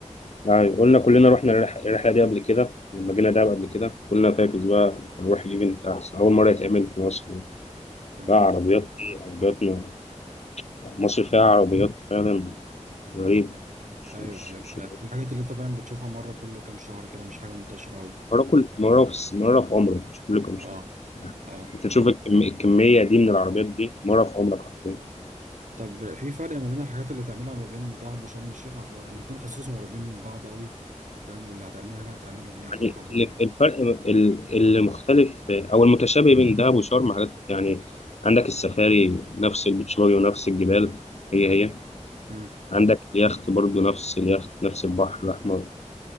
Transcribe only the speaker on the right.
تمام
ايوه
ايوه
فاهم الحاجات اللي انت فاهم بتشوفها مره كل كام شهر كده مش حاجه منتشره قوي
اه
اه
طب في فرق ما بين الحاجات اللي تعملها ما بين دهب وشرم الشيخ اصل الاتنين حاسسهم قريبين من بعض قوي فاهم واللي هتعمله هنا هتعمله هناك
الى حد
ما
امم